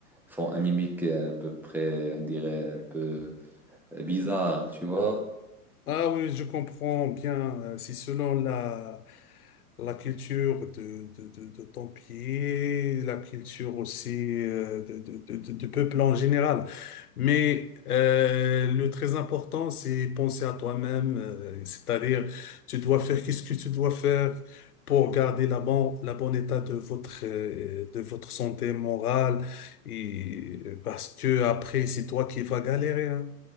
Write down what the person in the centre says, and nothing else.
font un mimique euh, à peu près, on dirait, un peu euh, bizarre, tu vois?